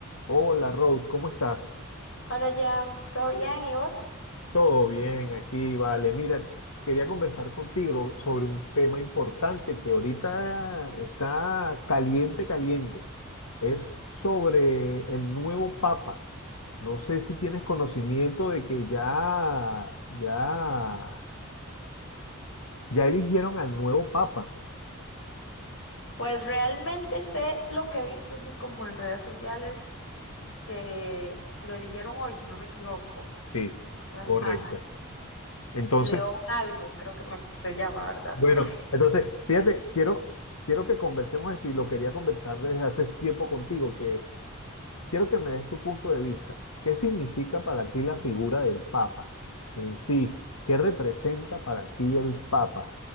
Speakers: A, on the left (about 80°); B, on the left (about 65°).
A: Hola Rose, ¿cómo estás?
B: Hola, Jam, ¿todo bien? ¿Y vos?
A: Todo bien aquí, vale. Mira, quería conversar contigo sobre un tema importante que ahorita está caliente, caliente. Es sobre el nuevo Papa. No sé si tienes conocimiento de que ya, ya, ya eligieron al nuevo Papa.
B: Pues realmente sé lo que he visto así como en redes sociales, que lo eligieron hoy, si no me equivoco,
A: Sí,
B: ¿verdad?
A: correcto.
B: Ajá.
A: Entonces,
B: León algo, creo que me- se llama, ¿verdad?
A: bueno,
B: <laughs>
A: entonces, fíjate, quiero, quiero que conversemos esto y lo quería conversar desde hace tiempo contigo, que Quiero que me des tu punto de vista. ¿Qué significa para ti la figura del Papa en sí? ¿Qué representa para ti el Papa?